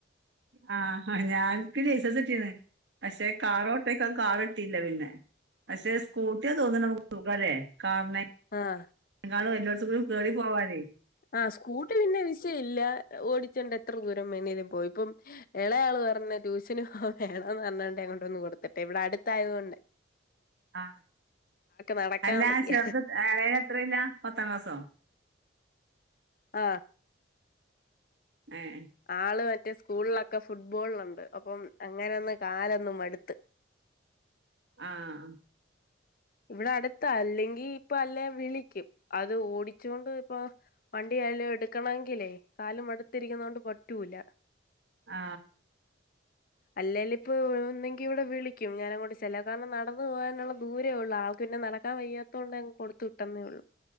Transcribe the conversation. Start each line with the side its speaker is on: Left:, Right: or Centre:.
Right: ആ ഞാൻ ക്ക് ലൈസൻസ് കിട്ടീണ് പക്ഷെ കാറോട്ടേക്കാൻ കാർ കിട്ടില്ല പിന്നെ പക്ഷെ സ്കൂട്ടിയ തോന്നണ് മുക്ക് സുഖല്ലേ കാറിനെ
Left: ആ
Right: <unintelligible> പോവാനേ
Left: ആ സ്കൂട്ടി പിന്നെ വിഷയില്ല ഓടി <unintelligible> എത്ര ദൂരം വെണേലും പോയി ഇപ്പം എളെയാള് പറഞ്ഞ് ട്യൂഷന് വേണോന്ന് പറഞ്ഞാണ്ട് എങ്ങോട്ടൊന്ന് കൊ കൊടുത്തിട്ടെ ഇവിടെ അടുത്തായോണ്ടെ
Right: ആ
Left: നടക്കാൻ
Right: അല്ല
Left: വയ്യ
Right: ചെറുത് എളേതെത്രയിലാ? പത്താം ക്ലാസോ
Left: ആ
Right: ഏഹ്
Left: ആള് വൽ ൻ്റെ സ്കൂളിലൊക്കെ ഫുട്ബോളിലൊണ്ട് അപ്പം അങ്ങനൊന്ന് കാലൊന്ന് മടുത്ത്
Right: ആ ആ
Left: ഇവിടെ അടുത്ത അല്ലെങ്കിൽ ഇപ്പൊ അല്ലേ വിളിക്കും. അത് ഓടിച്ചുകൊണ്ട് ഇപ്പൊ വണ്ടി <unintelligible> എടുക്കണെങ്കിലേ കാലും എടുത്തിരിക്കുന്ന കൊണ്ട് പറ്റൂല.
Right: ആ
Left: അല്ലേല് ഇപ്പൊ ഒന്നെങ്കി ഇവിടെ വിളിക്കും ഞാനങ്ങോട്ട് ചെല്ല കാരണം നടന്നു പോകാനുള്ള ദൂര രേ ഒള്ളൂ ആൾക്ക് പിന്നെ നടക്കാൻ വയ്യാ ത്തോണ്ടങ്ങ് കൊടുത്ത് വിട്ടന്നേ ഒള്ളൂ.